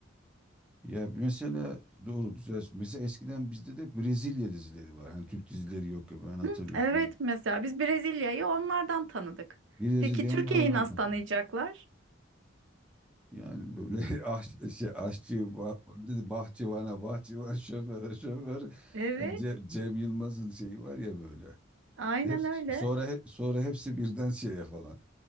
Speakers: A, in the centre; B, on the right.
A: Ya mesela doğru güzel. Mesela eskiden bizde de Brezilya dizileri var. Hani Türk dizileri yok ya ben hatırlıyorum.
B: Hı, Evet mesela biz Brezilya'yı onlardan tanıdık.
A: Bir
B: Peki
A: de
B: Türkiye'yi
A: onlardan
B: nasıl
A: kaçın.
B: tanıyacaklar?
A: Yani böyle <laughs> aş, şey, aşçı, bah, dedi, bahçıvana, bahçıvan, şoföre, şoför.
B: Evet,
A: Yani Ce- Cem, Yılmaz'ın şeyi var ya böyle.
B: aynen
A: Hepsi,
B: öyle.
A: sonra he- sonra hepsi birden şeye falan.